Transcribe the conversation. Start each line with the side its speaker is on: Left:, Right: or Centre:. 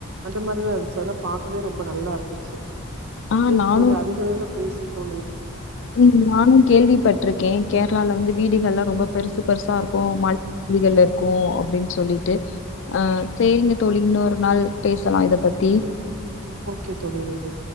Right: அந்த மாரிதான்ச்சி‌ஆனா பாக்கவே ரொம்ப நல்லாருந்துச்சி
Left: ஆ
Right: சேரி
Left: நானும்
Right: தோழி அதிக நேரோ பேசிட்டோ
Left: ம் நானு கேள்விப்பட்ருக்கே கேரளால வந்து வீடுகல்லா ரொம்ப பெருசு பெருசாருக்கோ மாடி வீடுகள்ளருக்கோ அப்டின் சொல்லிட்டு அ சேரிங்க தோ ழி இன்னொரு நாள் பேசலா இத பத்தி
Right: ஓகே தோழி ஓகே